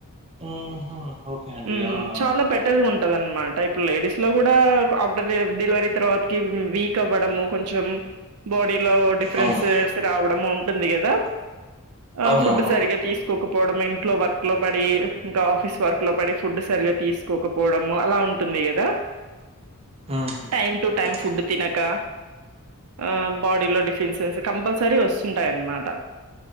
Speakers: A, on the right; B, on the right.
A: ఉహు ఓకే అండి
B: ఉమ్
A: ఆ ఆ
B: చాలా బెటర్ ఉన్ టది అనమాట ఇప్పుడు లేడీస్ లో గూడా ఆఫ్టర్ డెలివరీ తర్వాతకి వీక్ అవ్వడము కొంచెం బాడీలో డిఫరెన్సు
A: అవును
B: సె రావడం ఉంటుంది గదా ఆ
A: అవునవును
B: ఫుడ్ సరిగ్గా తీసుకో కోకపోవడము ఇంట్లో వర్క్ లో పడి ఇంకా ఆఫీస్ వర్క్ లో పడి ఫుడ్ సరిగ్గా తీసుకోకపోవడము అలా ఉం టుంది గదా
A: ఉహు
B: time to time
A: okay
B: food తినక ఆ బాడీలో డిఫిన్సెన్స్ కంపల్సరీ వస్తుంటాయన్నమాట